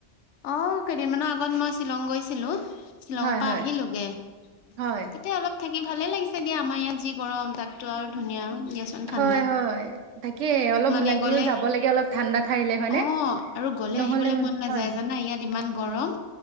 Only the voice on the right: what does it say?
হয়
হয়
হয়
হয় হয়, তাকে অলপ
ওলাই কৰিও
যাব লাগে অলপ ঠাণ্ডা ঠাইলে হয়নে?
নহ'লে
মানে
হয়